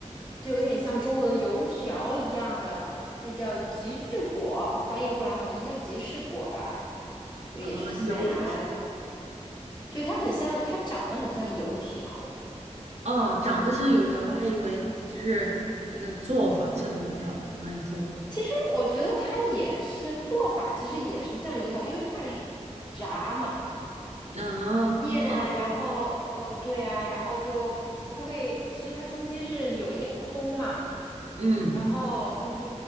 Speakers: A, on the left; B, on the right.
A: 就有点像中国的油条一样的，那叫吉士果，翻译过来好像叫吉士果吧，就也是西班牙，
B: 啊，油条
A: 对，它很像，它长得很像油条。
B: 哦，长得像油条，我还以为就是那个做法像油条那样做
A: 其实我觉得它也是做法，其实也是像油条，因为它也是炸嘛。
B: 啊，
A: 面啊，
B: 哦，
A: 然后呃，对啊，然后就它会，其实它中间是有一点空嘛，
B: 嗯，
A: 然后你就